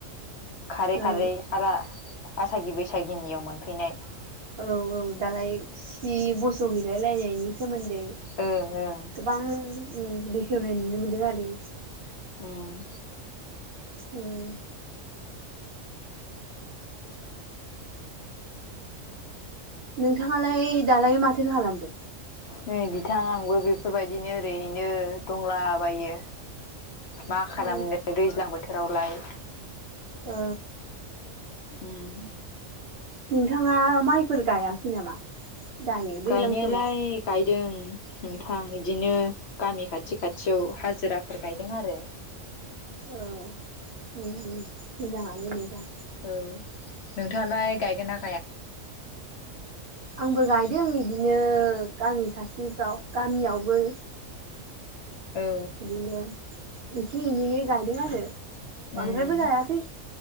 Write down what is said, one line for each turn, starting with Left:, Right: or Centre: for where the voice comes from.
Left: खारै-
Right: औ
Left: खारै आरो आसागि- बैसागिनियाव मोनफैनाय
Right: औ - औ दालाय सि बसहैलाय लायनायनि सोमोन्दै
Left: ओं ओं
Right: गोबां बेखेवनाय नुनो मोनदों आरो।
Left: उम।
Right: उम। नोंथाङालाय दालाय माथो खालामदों।
Left: नै बिथां आंबो बेफोर बायदिनो ओरैनो दंला बायो। मा खालामनो
Right: अ
Left: दैज्लां बोथोरावलाय।
Right: औ।
Left: उम।
Right: नोंथाङा माइफोर गायाखै नामा। दायो दैज्लां
Left: गायनायालाय
Right: समाव
Left: गायदों। नोंथां बिदिनो गामि खाथि- खाथियाव हाजिराफोर गायदों आरो।
Right: औ मोजाङानो नोंथां।
Left: औ नोंथाङालाय गायगोनना
Right: आंबो गायदों बिदिनो गामि खाथिफ्राव गामियावबो
Left: औ
Right: बिदिनो एसे एनैै गायदों आरो बांद्रायबो
Left: उम
Right: गायाखै